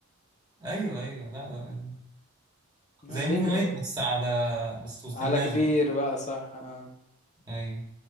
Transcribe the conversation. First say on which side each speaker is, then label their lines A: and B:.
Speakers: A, on the right (about 20°); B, on the left (about 30°).
A: ايوه ايوه لا لا،
B: لا،
A: زي
B: دنيا
A: موفي نايت
B: برضه
A: بس على بس وسط
B: على
A: الناس
B: كبير
A: بقى
B: بقى صح اه
A: ايوه